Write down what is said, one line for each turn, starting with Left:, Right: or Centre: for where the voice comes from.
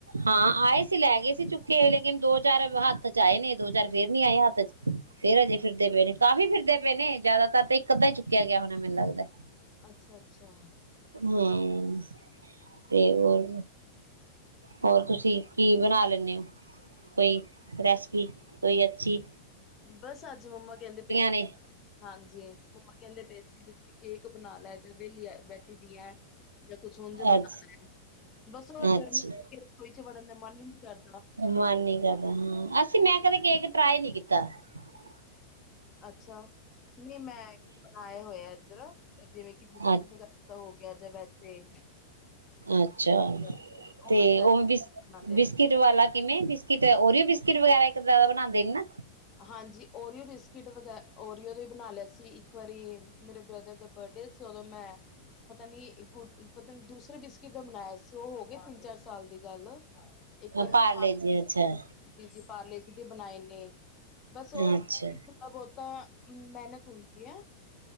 Right: ਹਾਂ ਆਏ ਸੀ ਲੈ ਗਏ ਸੀ ਚੁੱਕਕੇ ਲੇਕਿਨ ਦੋ ਚਾਰ ਹੱਥ ਚ ਆਏ ਨੇ ਦੋ ਚਾਰ ਫੇਰ ਨੀ ਆਏ ਹੱਥ ਚ ਫੇਰ ਅਜੇ ਫਿਰਦੇ ਪਏ ਨੇ ਕਾਫ਼ੀ ਫਿਰਦੇ ਪਏ ਨੇ ਜ਼ਿਆਦਾਤਰ ਤੇ ਇੱਕ ਅੱਧਾ ਹੀ ਚੁੱਕਿਆ ਗਿਆ ਹੋਣਾ ਮੈਨੂੰ ਲੱਗਦਾ ਹੇ।
Left: ਅੱਛਾ ਅੱਛਾ
Right: ਹਮ ਤੇ ਹੋਰ ਹੋਰ ਤੁਸੀਂ ਕੀ ਬਣਾ ਲੈਂਨੇ ਹੋ ਕੋਈ ਰੈਸਪੀ ਕੋਈ ਅਛੀ
Left: ਬਸ ਅੱਜ ਮੰਮਾ ਕਹਿੰਦੇ ਪਏ
Right: ਨੇ
Left: ਹਾਂਜੀ ਮੰਮਾ ਕਹਿੰਦੇ ਪਏ ਸੀ ਕੇਕ ਬਨਾ ਲੈ ਜਾਂ ਵਹਲੀ ਆ ਬ ਦੀ ਹੈ, ਜਾਂ ਕੁਛ ੳਂਜ ਬਨਾ
Right: ਅੱਜ
Left: ਲੈ, ਬਸ ਉਹ
Right: ਅੱਛਾ
Left: ਗਰਮੀ ਵੜਨ ਮਨ ਹੀ ਨੀ ਕਰਦਾ
Right: ਮਨ ਨੀ ਕਰਦਾ ਅਸੀਂ
Left: ਕਹਿੰਦੇ
Right: ਮੈਂ ਕਦੇ ਕੇਕ ਟਰਾਈ ਨੀ ਕੀਤਾ ਕੀਤਾ <unintelligible>
Left: ਅੱਛਾ ਨੀ ਮੈਂ ਬਣਾਏ ਹੋਇਆ ਇੱਧਰ ਜਿਵੇਂ ਕਿ ਬਿਸਕਿਟ
Right: ਅ
Left: ਵਗੈਰਾ ਹੋ ਗਿਆ ਜਾਂ ਵੈਸੇ
Right: ਅੱਛਾ
Left: ਉਹ
Right: ਤੇ
Left: ਮੈਂ ਟਰਾਈ
Right: ਉਹ
Left: ਬਣਾਉਂਦੇ
Right: ਬਿ ਬਿਸਕਿਟ
Left: ਰਹੇ
Right: ਵਾਲਾ ਕਿਵੇਂ ਬ ਉਰੀਓ ਬਿਸਕਿਟ ਵਗੈਰਾ ਇੱਕ ਤਰ੍ਹਾਂ ਬਨਾਂਨਦੇ ਨੇ ਨਾ
Left: ਹਾਂਜੀ ਓਰੀਓ ਬਿਸਕਿਟ ਵੈ, ਓਰੀਓ ਦਾ ਬਣਾ ਲਿਆ ਸੀ। ਇੱਕ ਵਾਰੀ ਮੇਰੇ ਬ੍ਰਦਰ ਦਾ ਬਰਡੇ ਸੀ। ਉਦੋਂ ਮੈਂ, ਪਤਾ ਨੀ ਗੁ ਪਤਾ ਦੂਸਰੇ ਬਿਸਕਿਟ ਦਾ ਮਨਾਇਆ ਸੀ। ਉਹ ਹੋ ਗਏ ਤਿੰਨ -ਚਾਰ ਸਾਲ ਦੀ ਗੱਲ ਇੱਕ ਵਾਰੀ
Right: ਪਾਰਲੇ
Left: ਮੈਂ ਪ-
Right: ਜੀ ਅੱਛਾ
Left: ਜ ਜੀ ਪਾਰਲੇ ਦੀ ਤੇ ਬਣਾਏ ਨੇ। ਨੇ ਬਸ ਉਹ <unintelligible>
Right: ਅੱਛਾ
Left: ਹੁੰਦਾ ਵੀ ਥੋੜਾ ਬਹੁਤਾ ਮਿਹਨਤ ਹੁੰਦੀ ਹੈ।